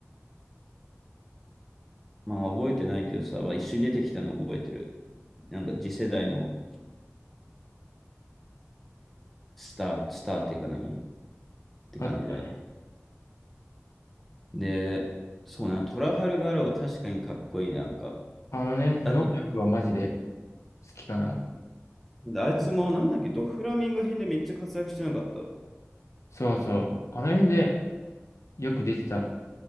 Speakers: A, in the centre; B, on the left.
A: まあ、覚えてないけどさ、まあ、一緒に出てきたの覚えてる。なんか、次世代のスター、スターっていうか何って感じで。
B: あったね。
A: で、そうな、トラファルガールは確かにかっこいい、なんか。
B: あのね、
A: だって、
B: 能力はマジで好きかな。
A: あいつもなんだっけ、ドフラミンゴ編でめっちゃ活躍してなかった。
B: そうそう。あの辺でよく出てた。